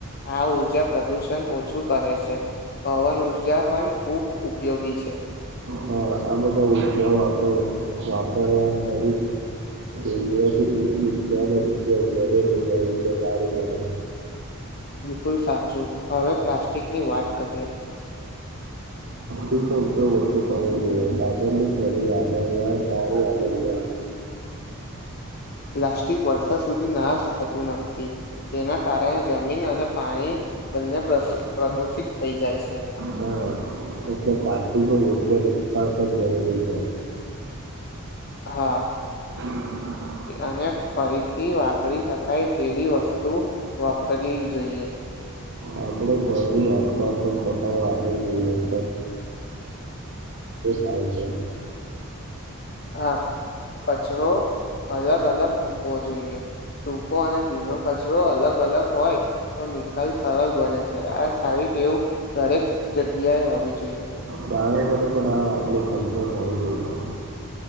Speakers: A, on the left; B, on the right.
A: આ ઉર્જા પ્રદુષન ઓછું કરે છે. પવન ઉર્જા પન ખુબ ઉપયોગી છે.
B: હા આ બધા ઉર્જાઓ આપ વાપરવા <inaudible> ઉર્જાનો ઉપયોગ વધે તો <inaudible> હોય તો સારું બને.
A: બિલકુલ સાચું, હવે પ્લાસ્ટિકની વાત કરીએ.
B: સ્ટિક નો ઉપયોગ ઓછો કરવો જોઈએ, કાપડની થેલી વાપરવા સારી આદત છે. <inaudible>
A: પ્લાસ્ટિક વર્ષા સુધી નાશ થતું નથી. જેના કારણે જમીન અને પાણી બંને પ્રદુષિત થઈ જાય છે.
B: હા એટલે પ્લાસ્ટિકનો યોગ્ય નિર્ણય પણ જરૂરી છે.
A: હા
B: <inaudible>
A: અને ફરીથી વાપરી શકાય તેવી વસ્તુ વાપરવી જોઈએ.
B: આપણે ઘરની આસપાસ પણ રાખવું જોઈએ, <inaudible> સારું છે.
A: હા કચરો અલગ અલગ મૂકવો જોઈએ, સૂકો અને ભીનો કચરો અલગ અલગ હોય તો નિકાલ સરળ બને છે, આ સારી ટેવું દરેક જગ્યાએ હોવી જોઈએ.
B: બાળકોને પણ આ વાતને સમજ આવી દઈ.